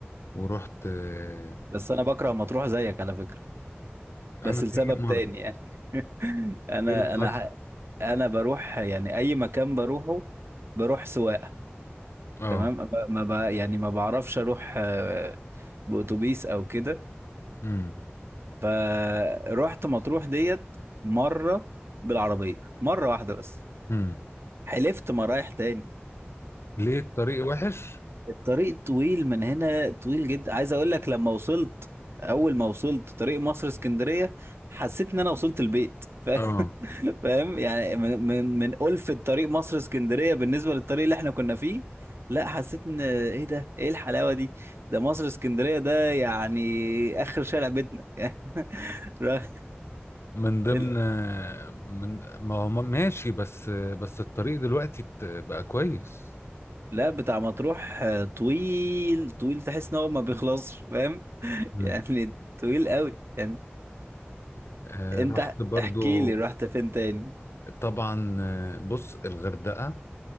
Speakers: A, on the left (about 75°); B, on the right (about 65°).
A: ورحت آه،
B: بس أنا بكره مطروح زيك على فكرة
A: انا
B: بس لسبب
A: هي مره
B: تاني يعني <laughs> انا
A: ايه اللي حصل
B: انا ح- انا بروح يعني اي مكان بروحه بروح سواقه
A: اه
B: تمام ما ب- ما ب- يعني ما بعرفش اروح آه، باتوبيس او كده
A: امم
B: فروحت مطروح ديت مره بالعربيه مره واحده بس
A: امم
B: حلفت ما رايح تاني
A: ليه الطريق وحش
B: الطريق طويل من هنا طويل جدا عايز اقول لك لما وصلت اول ما وصلت طريق مصر اسكندريه حسيت ان انا وصلت البيت <laughs>
A: اه
B: فاهم يعني من من من ألفة طريق مصر اسكندرية بالنسبة للطريق اللي احنا كنا فيه لا حسيت ان ايه ده ايه الحلاوة دي ده مصر اسكندرية ده يعني اخر شارع بيتنا <laughs> ر-
A: من ضمن
B: ال-
A: من ما هو ماشي بس بس الطريق دلوقتي ات- بقى كويس
B: لا بتاع مطروح آه، طويل طويل تحس ان هو ما بيخلصش فاهم <laughs>
A: مم.
B: يعني طويل قوي يعني
A: آه،
B: انت
A: رحت برضو
B: احكي لي رحت فين تاني
A: طبعا آه، بص الغردقة